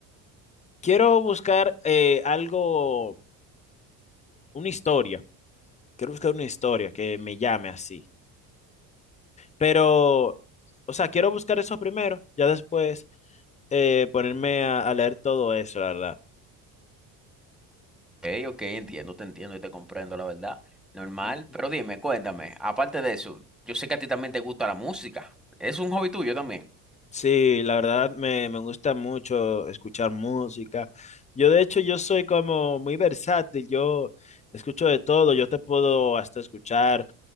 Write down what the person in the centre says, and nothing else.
ok, ok, entiendo, te entiendo y te comprendo, la verdad. Normal,
pero dime, cuéntame, aparte de eso, yo sé que a ti también te gusta la música. Es un hobby tuyo también.